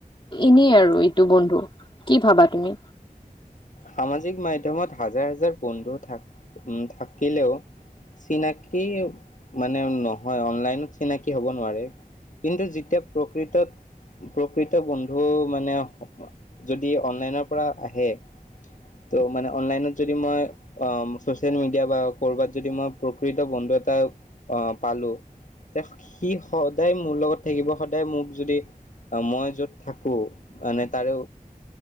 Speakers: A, on the left (about 35°); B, on the left (about 60°).
A: ইনেই আৰু এ টো বন্ধু কি ভাবা তুমি?
B: সামাজিক মাধ্যমত হাজাৰ হাজাৰ বন্ধু থা থাকিলেও চিনাকি মানে নহয়, অনলাইনত চিনাকি হ'ব নোৱাৰে। কিন্তু যেতিয়া প্ৰকৃতত প্ৰকৃত বন্ধু মানে যদি অনলাইনৰ পৰা আহে ত' মানে অনলাইনত যদি মই আ ছচিয়েল মিডিয়া বা ক'বাত যদি মই প্ৰকৃত বন্ধু এটা অ, পালো তে সি সদায় মোৰ লগত থাকিব সদায় মোক যদি আ মই য'ত থাকোঁ মানে তাৰে